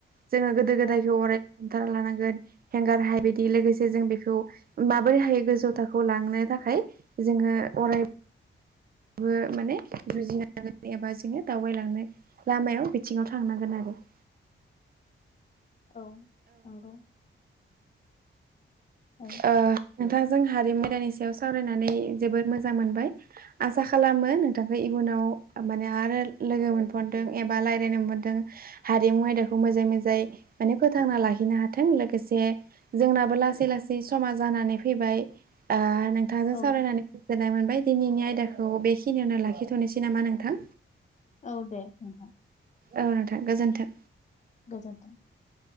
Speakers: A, on the right (about 45°); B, on the left (about 35°).
A: जोङो गोदो गोदायखौ
B: औ
A: अराय हमथाना लानांगोन हेंगारहायि बायदि लोगोसे जों बेखौ माबोरै हायो गोजौ थाखोआव लांनो थाखाय जोङो अराय बो माने जुजिनांगोन एबा जोङो दावबायलांनो लामायाव बिथिङाव थांनांगोन आरो। <inaudible>
B: औ नंगौ। औ
A: ओ नोंथांजों हारिमु आयदानि सायाव सावरायनानै जोबोद मोजां मोनबाय आसा खालामो नोंथांखौ इयु नाव माने आरो लोगो <unintelligible> एबा रायलायनो <unintelligible> हारिमु आयदाखौ मोजाङै मो जाय माने फोथांना लाखिनो हाथों लोगोसे जोंनाबो लासै लास सै समा जानानै फैबाय ओ नोंथांजों
B: औ
A: सावरायनानै गोजोननाय मोन बाय दिनैनि आयदाखौ बेखिनियावनो लाखिथ'नोसै नामा नोंथां?
B: औ दे नोंथां।
A: औ नोंथां गोजोन्थों।
B: गोजोनथों।